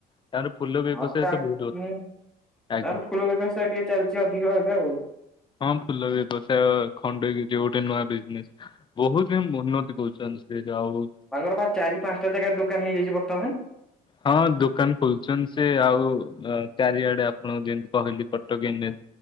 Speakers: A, on the left; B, in the centre.
A: ତାଙ୍କର ଫୁଲ ବ୍ୟବସାୟ
B: ହଁ ତା
A: ତ ବହୁତ
B: ଖୁଁ
A: ଆଜ୍ଞା
B: ତାର୍ ଫୁଳ ବ୍ୟବସାୟ ଟିକେ ଚାଲିଛି ଅଧିକ ଏବେ ଆଉ।
A: ହଁ ଫୁଲ ବ୍ୟବସାୟ ଖଣ୍ଡଗିର୍ ରେ ଗୋଟେ ନୂଆ ବିଜ୍ନେସ୍ ବହୁତି ହି ଉନ୍ନତି କଉଛନ୍ତି। ସେ ଯାହଉ।
B: ତାଙ୍କର ପା ଚାରି ପାଞ୍ଚଟା ଜାଗା ଦୁକାନ୍ ହେଇଯାଇଛି ବର୍ତ୍ତମାନେ।
A: ହଁ ଦୁକାନ୍ ଖୋଲ୍ଛନ୍ ସେ ଆଉ ଅଁ ଚାରିଆଡ଼େ ଆପଣଙ୍କୁ ଯେନ୍ କହିଲି କଟକେ